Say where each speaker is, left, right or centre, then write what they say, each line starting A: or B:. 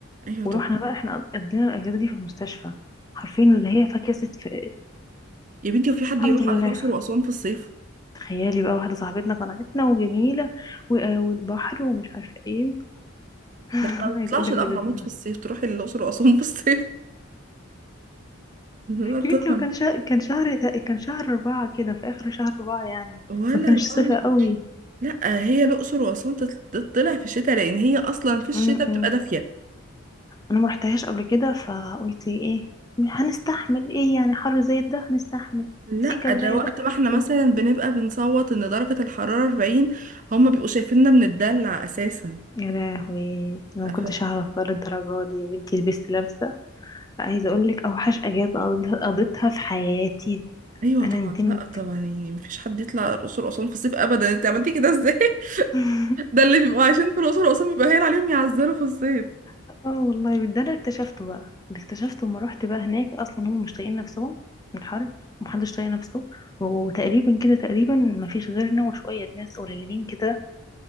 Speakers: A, on the right (about 40°); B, on the left (about 20°).
A: ايوه
B: ورحنا
A: طب
B: بقى احنا قضينا الاجازه دي في المستشفى عارفين اللي هي فاكهه ست في
A: يا بنتي وفي حد
B: الحمد
A: يروح
B: لله
A: على الاقصر واسوان في الصيف
B: تخيلي بقى واحدة صاحبتنا قنعتنا وجميلة و- آه، والبحر ومش عارفة ايه <laughs>
A: ده احنا ما بنطلعش
B: عايز اقول لك
A: الاهرامات
B: لبسنا
A: في
B: لها
A: الصيف تروحي الاقصر واسوان في الصيف <laughs> لا طبعا
B: يا بنتي وكان شهر كان شهر كان شهر أربعة كده في آخر شهر أربعة يعني
A: ولا
B: ما كانش
A: ربع
B: صيف قوي
A: لا هي الاقصر واسوان تت- تطلع في الشتاء لان هي اصلا في الشتاء
B: م-م.
A: بتبقى دافيه
B: أنا ما رحتهاش قبل كده فقلت ايه هنستحمل ايه يعني حر زي ده هنستحمل
A: لا
B: سيكة
A: ده
B: زي
A: وقت
B: ده
A: ما احنا
B: قلت
A: مثلا
B: لهم
A: بنبقى بنصوت ان درجه الحراره 40 هم بيبقوا شايفيننا بنتدلع اساسا
B: يا لهوي انا
A: ف...
B: ما كنتش اعرف بقى للدرجه دي يا بنتي لبست لابسه عايزه اقول لك اوحش اجازه قضيتها قضيتها في حياتي
A: ايوه
B: انا
A: طبعا
B: ندمت
A: لا طبعا يعني مفيش حد يطلع الاقصر واسوان في الصيف ابدا انت عملتي كده ازاي
B: <laughs>
A: <laughs> ده اللي بيبقوا عايشين في الاقصر واسوان بيبقى هين عليهم يعزلوا في الصيف
B: اه والله ده اللي اكتشفته بقى اللي اكتشفته لما رحت بقى هناك اصلا هم مش طايقين نفسهم من الحر ومحدش طايق نفسه وتقريبا كده تقريبا مفيش غيرنا وشوية ناس قليلين كده